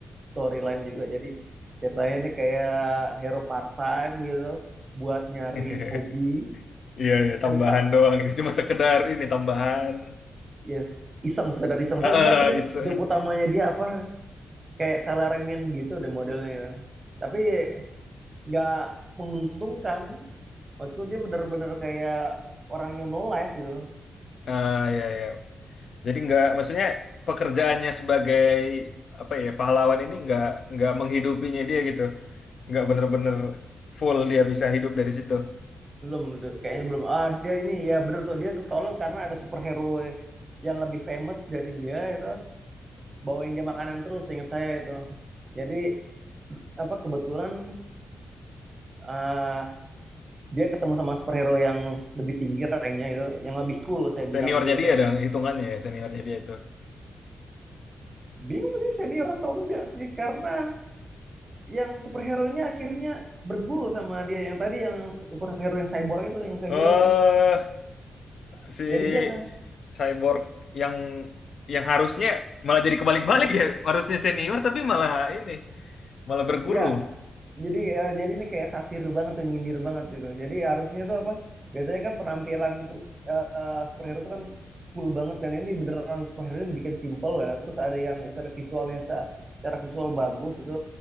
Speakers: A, on the right (about 25°); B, on the left (about 55°).
A: storyline juga jadi ceritanya ini kayak hero part time gitu buat nyari
B: <laughs>
A: hobi
B: Iya, iya, tambahan
A: saya lupa
B: doang. Itu cuma sekedar ini tambahan.
A: yes iseng sekedar iseng
B: Ah,
A: saya lupa tuh
B: ah, iseng.
A: job utamanya dia apa kayak salaryman gitu deh modelnya ya. tapi nggak menguntungkan maksudku dia bener-bener kayak orang yang no life gitu loh
B: Ah, iya, iya. Jadi nggak, maksudnya pekerjaannya sebagai apa ya pahlawan ini nggak nggak menghidupinya dia gitu. Nggak bener-bener full dia bisa hidup dari situ.
A: belum kayaknya belum ah dia ini ya bener tuh dia ketolong karena ada superhero yang lebih famous dari dia itu bawain dia makanan terus ingat saya itu jadi apa kebetulan eh, dia ketemu sama superhero yang lebih tinggi ranknya gitu yang lebih cool saya bilang
B: Seniornya
A: sih itu
B: dia dong, hitungannya ya, seniornya dia itu.
A: bingung sih senior atau enggak sih karena yang superhero-nya akhirnya berguru sama dia yang tadi yang superhero yang cyborg itu yang saya
B: Eh,
A: bilang tuh
B: si
A: jadi dia nggak
B: Cyborg yang yang harusnya malah jadi kebalik-balik ya, harusnya senior tapi malah ini, malah berguru.
A: ya jadi ya, jadi ini kayak satir banget tuh nyindir banget gitu jadi harusnya tuh apa biasanya kan penampilan tuh eh, superhero tuh kan cool banget kan ini beneran superhero dibikin simple ya terus ada yang misalnya visualnya se- secara visual bagus itu